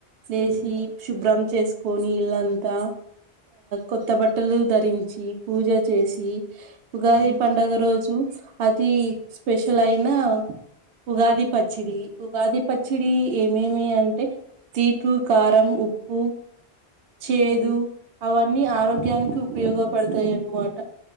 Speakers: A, on the right; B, on the left.
A: లేచి
B: మ్మ్
A: శుభ్రం చేస్కు కొని ఇళ్లంతా కొత్త బట్టలు ధరించి పూజ చేసి ఉగాది
B: మ్మ్
A: పండగ రోజు అతి స్పెషల్ అయినా ఉగాది పచ్చిడి ఉగాది పచ్చిడి ఏమేమి అంటే తీపు కారం ఉప్పు చేదు
B: మ్మ్
A: అవన్నీ ఆరోగ్యానికి ఉపయోగపడతాయన్నమాట